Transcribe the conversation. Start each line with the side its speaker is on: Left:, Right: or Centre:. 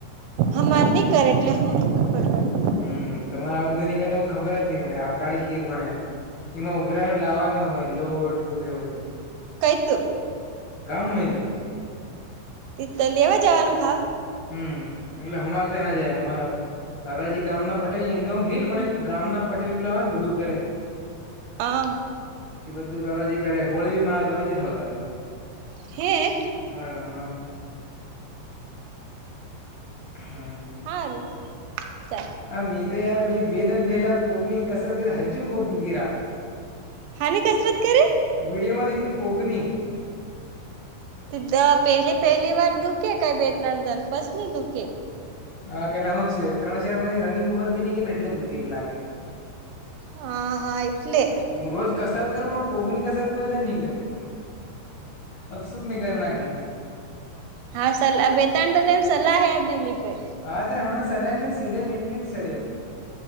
Right: અમારે નહી કરે એટલે હમ <inaudible> ખબર પડે.
Left: હમ તમારે આ બધું નનીકતો હ ખબર જ નહી પડે આવ કાલ ખીર ભણાય. એમાં ઉઘરાવીને લાવવાનું હોય લોટ દૂધ એ બધું.
Right: કઈ તું
Left: ગામમેહી તું
Right: તતો લેવા જવાનું ખાવ.
Left: હમ એટલે હમાર તો એના જાય હમારા. દાદાજી ગામ ના પટેલ ને તો હું ભીલ પણ ગામ ના પટેલ પેલું આવે ને બધું કરે
Right: આમ.
Left: એ બધું દાદાજી કરે હોળી બી મા દાદાજી થળગાવે.
Right: હે.
Left: અમારા ગામમાં હમ
Right: હારુ <inaudible>
Left: આ મેતો યાર પેલી બેદિન પેલા પૂગની કસરત <inaudible> હ જુ પોગ દ ગીરા
Right: હાની કસરત કરે?
Left: વિડીયોમાં દેખી પુગની
Right: દ પેલી પહેલી વાર દુખ કઈ બે ત્રણ દન પસ નહી દુખ.
Left: હા કે ના હું જ છે ત્રણ હજાર મ રનીગ ઉપર ભી ની ગય ને એટલે દુખી લાગે
Right: હા હા એટલે.
Left: હું રોજ કસરત કરું પણ પૂગ ની કસરત કોઈ દિન નહી કરું. અબ સુખ ન કરના કેી.
Right: હા સલા બેતાન્મ સલાહ હે દીન નકઈ
Left: હા તર હમણાં સલાહઈ ને સીઢે નીટ નીટ સઢ્યો